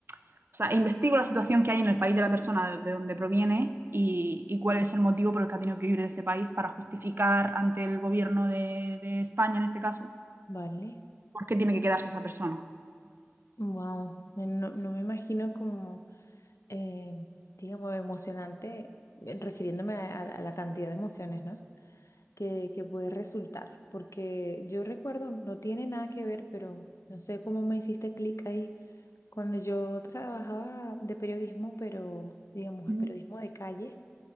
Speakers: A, on the right; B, on the left.
A: o sea, investigo la situación que hay en el país de la persona de donde proviene y, y cuál es el motivo por el que ha tenido que huir de ese país para justificar ante el gobierno de, de España, en este caso,
B: Vale,
A: por qué tiene que quedarse esa persona.
B: wow, no, no me imagino como, eh, digamos, emocionante, eh, refiriéndome a, a- a la cantidad de emociones, no que, que puede resultar, porque yo recuerdo, no tiene nada que ver, pero no sé cómo me hiciste clic ahí, cuando yo trabajaba de periodismo, pero digamos
A: Ujú.
B: el periodismo de calle,